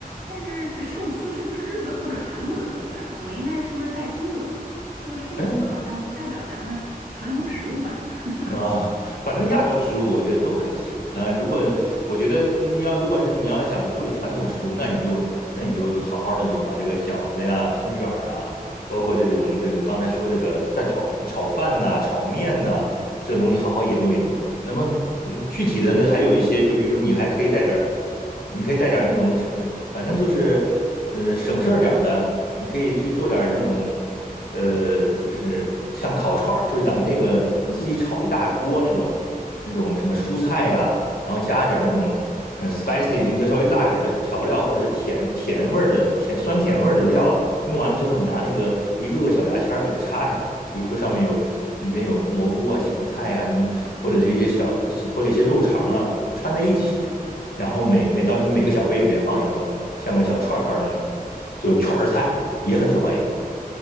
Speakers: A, on the right; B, on the left.
A: 但是寿司是不是日本或者韩国的特色啊？我应该是不是带中国特色啊？这个寿司好像不代表咱们传统食物吧？
B: 嗯。
A: <laughs>
B: <laughs> 啊，反正亚洲食物我觉得都还行。那如果我觉得你要如果是你要想就是传统食物，那你就那你就好好的就把这个饺子呀、春卷儿啊，包括这种这个刚才说这个蛋炒炒饭呐、炒面呐、这种东西好好研究研究。那么嗯具体的那还有一些，就比如说你还可以带点儿，你可以带点儿那种，呃，反正就是呃省事儿点儿的，你可以去做点儿那种。呃，就是像烤串儿，就是咱们那个你自己炒一大锅那种那种什么蔬菜呀、然后加一点儿那种嗯 spicy，你要稍微辣点儿的调料，或者是甜甜味儿的甜酸甜味儿的料啊，弄完了之后，你拿那个一个个小牙签儿给它插上，比如说上面有里边有蘑菇啊、芹菜啊什么，或者这些小或者一些肉肠啊穿在一起，然后每每到时候你每个小杯里边放一个，像个小串儿串儿那种，就串儿串儿菜也很受欢迎，